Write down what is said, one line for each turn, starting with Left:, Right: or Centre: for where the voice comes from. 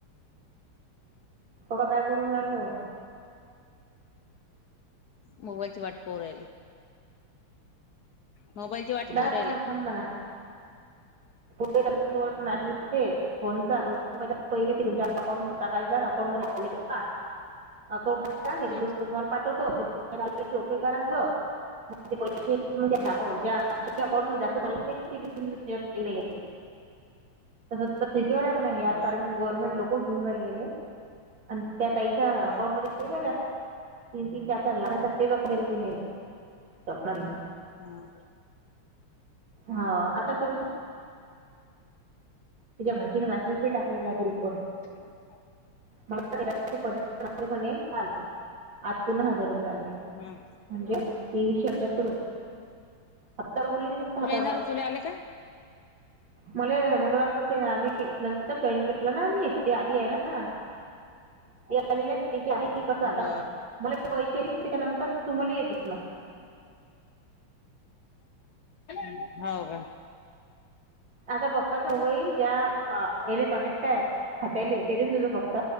Right: तोंड काय? करून राहिले. ओ
Left: मोबाईलची वाट पाहुन राहिले. मोबाईलची वाट
Right: मॅमना
Left: पाहू राहिले
Right: थांब म्हणा. फोनचं दोन रूपये पहिले. की तुमच्या
Left: हम्म
Right: अकाउंट टाकायच्यात फोनमध्ये आले का. अकाउंटला हे
Left: हम्म
Right: दोन रूपये तुम्हाला पाठवतो. ते तुम्हाला आले की ओके करायचं. माझे पैसे
Left: हां
Right: अकाउंट ज्या अकाउंटमध्ये जास्त चालत नाही. <unintelligible> नाहीेत. तसचं सिक्युर आहे. म्हणं हे ॲप
Left: बर
Right: कारण <unintelligible> <unintelligible> अणं त्या ताईच्या अकाउंट
Left: हम्म
Right: मध्ये माहीत आहे का. तीन, तीन, चार, चार लागायचे. <unintelligible> ती नाही स्वपनालीला.
Left: हमां.....
Right: होय आता करू तिच्या भाचीनं मेसेज बी टाकलेला. ग्रुप वर
Left: <unintelligible>
Right: मला तेलाचे पदार्थ <unintelligible> काल आज पुन्हा हजार रुपये आले मी
Left: हम्म
Right: म्हणजे तेीवीसशे पंच्याहत्तर आहे आत्तावर बोलली त फक्त हातावर
Left: तुला येणार तुला आले का
Right: मला मंगळवार पण आम्ही नंतर जॉईन केलो ना आम्ही ते आधी आहे ना आले त्याच्या आधी
Left: बर
Right: करत आता मला पैसे त्याच्यानंतर तुम्हाला येतील मग
Left: हो का
Right: आता पप्पा तबईल ज्या याले कनेक्ट आहे खात्याले ते देऊन त तो फक्त